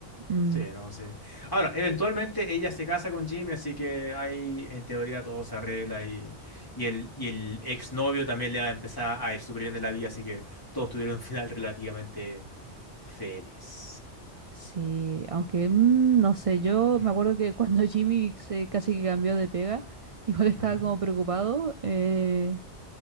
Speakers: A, on the right (about 40°); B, on the left (about 20°).
A: Mm.
B: sí, no, sí. Ahora, eventualmente ella se casa con Jimmy, así que ahí en teoría todo se arregla y, y el, y el exnovio también le va a empezar a ir súper bien en la vida, así que todos tuvieron un final relativamente feliz.
A: Sí, aunque mm, no sé, yo
B: Mm,
A: me acuerdo que <laughs> cuando Jimmy se casi que cambió de pega, igual estaba
B: ujú.
A: como preocupado eh,